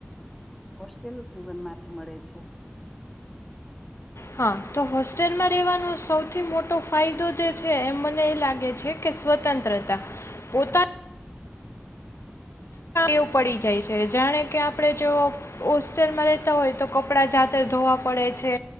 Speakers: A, in the centre; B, on the left.
A: હોસ્ટેલ જીવનમાંથી મળે છે
B: હા તો હોસ્ટેલમાં રહેેવાનો સૌથી મોટો ફાયદો જે છે એમ મને એ લાગે છે કે સ્વતંત્રતા પોતા એવું પડી જાય છે જાણે કે આપણે જો હોસ્ટેલમાં રહેેતા હોય તો કપડા જાતે ધોવા પડે છે